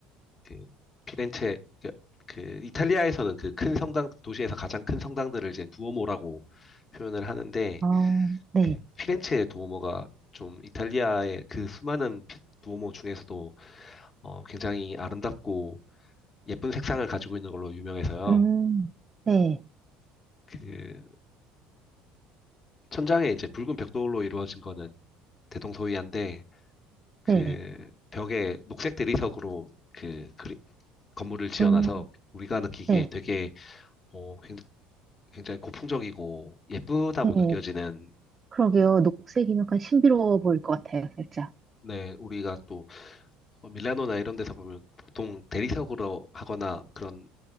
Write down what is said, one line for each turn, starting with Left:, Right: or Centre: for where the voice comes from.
Left: 그 피렌체 그, 그 이탈리아에서는 그 큰 성당 도시에서 가장 큰 성당들을 이제 두오모라고 표현을 하는데
Right: 어, 네.
Left: 그
Right: 네. 아, 네.
Left: 피렌체의 두오모가 좀 이탈리아의 그 수많은 피- 두오모 중에서도 어, 굉장히 아름답고 예쁜 색상을 가지고 있는 걸로 유명해서요.
Right: 음, 네,
Left: 그 천장에 이제 붉은 벽돌로 이루어진 거는 대동소이한데 그
Right: 네.
Left: 벽에 녹색 대리석으로 그 그리- 건물을 지어놔서
Right: 음,
Left: 우리가 느끼기에
Right: 네,
Left: 되게 어, 굉- 굉장히 고풍적이고 예쁘다고
Right: 네.
Left: 느껴지는
Right: 그러게요. 녹색이면 약간 신비로워 보일 것 같아요, 살짝.
Left: 네, 우리가 또 어, 밀라노나 이런 데서 보면 보통 대리석으로 하거나 그런